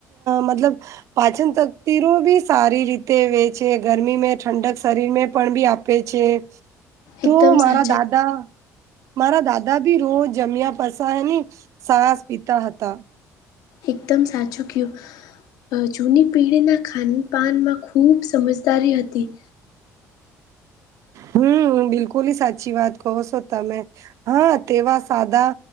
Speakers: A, on the right; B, on the left.
A: મતલબ પાચન તકતિરો બી સારી રીતે વે છે ગરમી મે ઠંડક શરીર પણ બી આપ છે
B: એકદમ
A: તો મારા
B: સાચા
A: દાદા મારા દાદા દા બી રોજ જમ્યા પસા એની સાસ પીતા હતા.
B: એકદમ સાચુ કયો જૂની પેઢીના ખાનપાનમાં ખૂબ સમજદારી હતી.
A: હમ બિલકુલ સાચી વાત કહો છો તમે હા તેવા સાદા